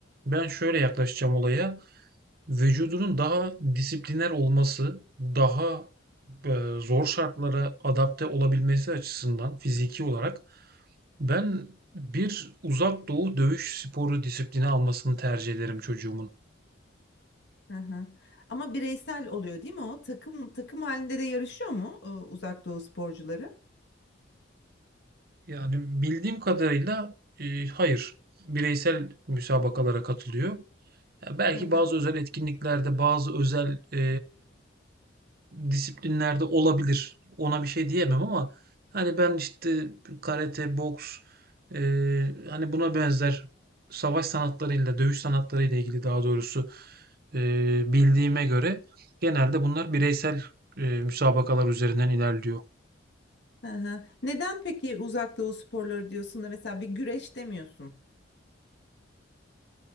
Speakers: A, on the right; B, on the left.
A: ben şöyle yaklaşacağım olaya. Vücudunun daha disipliner olması, daha eee, zor şartlara adapte olabilmesi açısından fiziki olarak Ben bir uzak doğu dövüş sporu disiplini almasını tercih ederim çocuğumun.
B: Hı hı. Ama bireysel oluyor değil mi o? Takım takım halinde de yarışıyor mu e, Uzak Doğu sporcuları?
A: Yani bildiğim kadarıyla e, hayır. Bireysel müsabakalara katılıyor. Ya belki
B: Hı hı.
A: bazı özel etkinliklerde, bazı özel e, disiplinlerde olabilir. Ona bir şey diyemem ama hani ben işte karate, boks e, hani buna benzer savaş sanatlarıyla, dövüş sanatlarıyla ilgili daha doğrusu e, bildiğime göre genelde bunlar bireysel e, müsabakalar üzerinden ilerliyor.
B: Hı hı. Neden peki Uzak Doğu sporları diyorsun da mesela bir güreş demiyorsun?